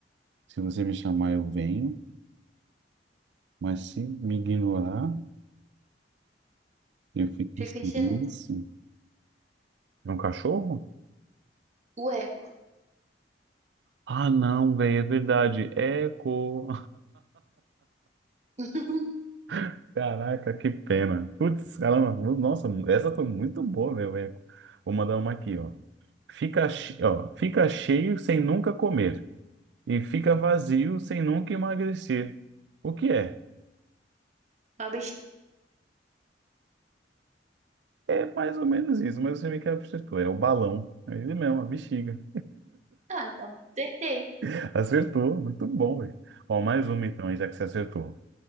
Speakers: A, on the right; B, on the right.
A: se você me chamar, eu venho, mas se me ignorar. Eu fico
B: Fico
A: em silêncio.
B: em silêncio.
A: É um cachorro?
B: O eco.
A: Ah, não, velho, é verdade. Eco.
B: <laughs>
A: <laughs> Caraca, que pena. Putz, caramba. Nossa, essa foi muito boa, meu eco. Vou mandar uma aqui, ó. Fica, che- ó. Fica cheio sem nunca comer e fica vazio sem nunca emagrecer. O que é?
B: Uma
A: É mais ou menos isso, mas você vê que acertou. É o balão. É ele mesmo, a bexiga.
B: Ah, então. Acertei.
A: <laughs> Acertou. Muito bom, velho. Ó, mais uma então, aí, já que você acertou.